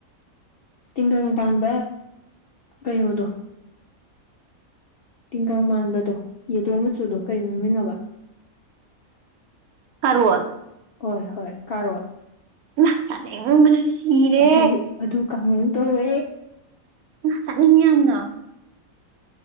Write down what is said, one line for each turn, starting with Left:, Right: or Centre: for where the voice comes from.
Left: ꯇꯤꯡꯒꯪ ꯄꯥꯟꯕ ꯀꯩꯅꯣꯗꯣ ꯇꯤꯡꯒꯪ ꯃꯥꯟꯕꯗꯣ ꯌꯦꯂꯣ ꯃꯆꯨꯗꯣ ꯀꯔꯤ ꯃꯃꯤꯡꯉꯕ <inaudible>
Right: ꯁꯔ ꯑꯗꯨ
Left: ꯍꯣꯏ ꯍꯣꯏ ꯀꯥꯔꯣꯏ
Right: ꯏꯃꯥ ꯆꯥꯅꯤꯡꯕꯅ ꯁꯤꯔꯦ
Left: ꯑꯗꯨ ꯑꯗꯨ ꯀꯥꯡꯉꯨ ꯇꯋ
Right: ꯑ ꯆꯠꯅꯤꯡꯉꯤ ꯌꯥꯝꯅ